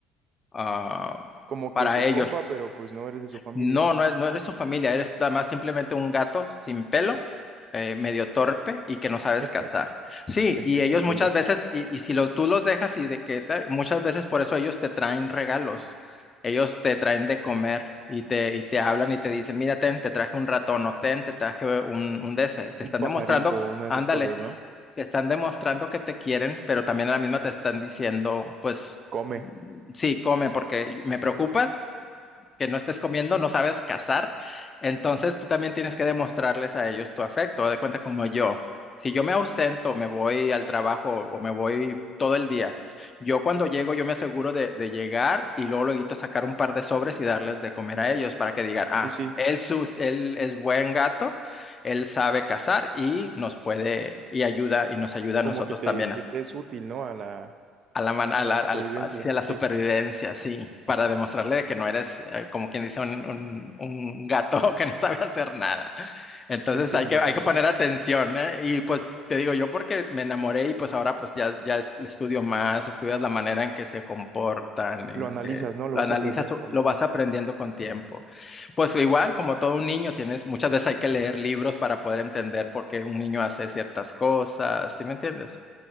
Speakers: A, on the left; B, on the right.
A: ah,
B: como
A: para
B: que su
A: ellos.
B: compa, pero pues no eres de su familia.
A: No, no, e- no eres su familia, eres nada más simplemente un gato sin pelo, eh, medio torpe y que no sabes
B: <laughs>
A: cazar. Sí,
B: Entiendo,
A: y ellos
B: entiendo.
A: muchas veces, y, y si los, tú los dejas y de que te- muchas veces por eso ellos te traen regalos, ellos te traen de comer y te, y te hablan y te dicen, mira, ten, te traje un ratón o ten, te traje un, un de ese". Te
B: Un
A: están
B: pajarito,
A: demostrando,
B: una de
A: ándale,
B: esas cosas, ¿no?
A: te están demostrando que te quieren, pero también a la misma te están diciendo, pues,
B: Come.
A: mm, sí, come porque me preocupas que no estés comiendo, no sabes cazar, entonces tú también tienes que demostrarles a ellos tu afecto, de cuenta como yo. Si yo me ausento, me voy al trabajo o me voy todo el día, yo cuando llego yo me aseguro de, de llegar y luego luego sacar un par de sobres y darles de comer a ellos para que digan,
B: Sí,
A: ah,
B: sí.
A: él, sus, él es buen gato, él sabe cazar y nos puede y ayuda y nos ayuda
B: como
A: a nosotros
B: que te,
A: también
B: que te es útil, ¿no? A la,
A: a la, man- a
B: a
A: la,
B: la supervivencia,
A: al- hacia la
B: sí,
A: supervivencia, sí, para demostrarle de que no eres, eh, como quien dice, un, un, un gato <laughs> que no sabe hacer nada. Entonces
B: entiendo,
A: hay que,
B: entiendo.
A: hay que poner atención, ¿eh? Y pues te digo yo porque me enamoré y pues ahora pues ya, ya es- estudio más, estudias la manera en que se comportan, en
B: Lo analizas,
A: que
B: ¿no? Lo
A: lo
B: vas
A: analizas,
B: aprendiendo
A: o
B: con
A: lo
B: el tiempo.
A: vas aprendiendo con tiempo. Pues igual, como todo un niño, tienes, muchas veces hay que leer libros para poder entender por qué un niño hace ciertas cosas, ¿sí me entiendes?